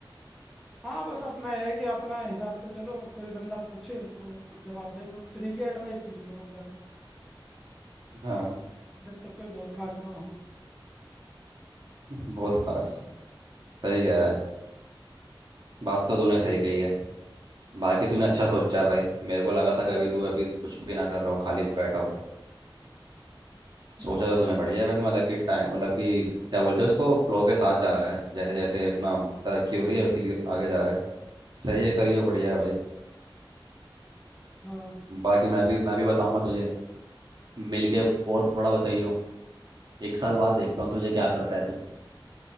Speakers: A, in the centre; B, on the right.
A: हाँ बस अपना ये है कि अपना हिसाब से चलो कोई बंदा पूछे तो जवाब दे दो फ्री की एडवाइस किसी को मत बांटो
B: हाँ
A: जब तक कोई बहुत खास ना हो
B: बहुत खास सही कह रहा है बात तो तूने सही कही है बाकी तूने अच्छा सोचा है भाई मेरे को लगा था कि अभी तू अभी कुछ भी ना कर रहा हो खाली बैठा हो सोचा
A: ना
B: तो
A: ना
B: तूने बढ़िया है वैसे मतलब कि टाइम मतलब कि क्या बोलते हैं उसको फ्लो के साथ जा रहा है जैसे जैसे अपना तरक्की हो रही है उसी के आगे जा रहा है सही है करियो बढ़िया है भाई
A: हाँ
B: बाकी मैं भी मैं भी बताऊंगा तुझे मिल के और थोड़ा बताइयो एक साल बाद देखता हूँ तुझे क्या करता है तू